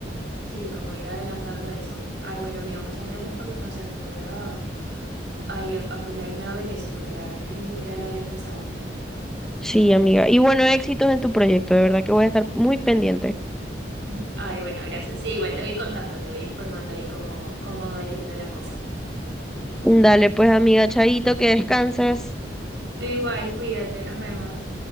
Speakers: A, on the right; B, in the centre.
A: sí, como ir adelantando eso. Ay, bueno, amigo, muchas gracias por los consejos. Voy a, ay, a a ponerme a ver eso, porque la verdad es que ni siquiera lo había pensado.
B: Sí, amiga. Y bueno, éxitos en tu proyecto, de verdad que voy a estar muy pendiente.
A: <laughs> Ay, bueno, gracias. Sí, igual te voy contando, te voy informando ahí cómo, cómo va yendo la cosa.
B: Dale, pues, amiga, chaito, que descanses.
A: Tú igual, cuídate, nos vemos.